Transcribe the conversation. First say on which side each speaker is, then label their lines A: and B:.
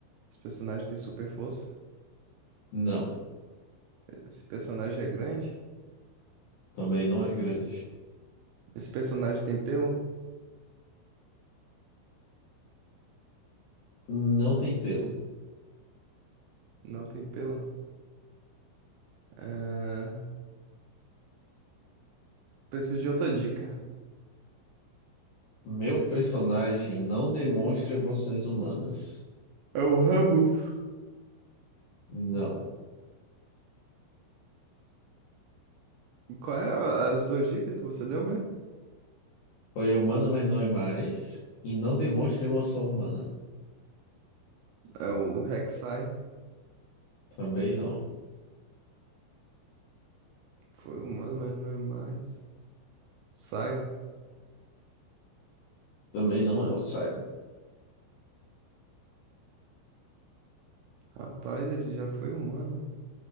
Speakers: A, on the right; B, on the left.
A: Esse personagem tem super força.
B: não.
A: Esse personagem é grande.
B: Também não é grande.
A: Esse personagem tem pelo?
B: Não tem pelo.
A: Não tem pelo. É, Preciso de outra dica.
B: Meu personagem não demonstra emoções humanas.
A: É o Ramos.
B: Não.
A: E qual é a- as duas dicas que você deu mesmo?
B: Foi humana, mas não é mais. E não demonstra emoção humana.
A: É o Rek'Sai.
B: Também não.
A: Foi humano, mas não é mais. Sion.
B: Também não é o Sion.
A: Rapaz, ele já foi humano.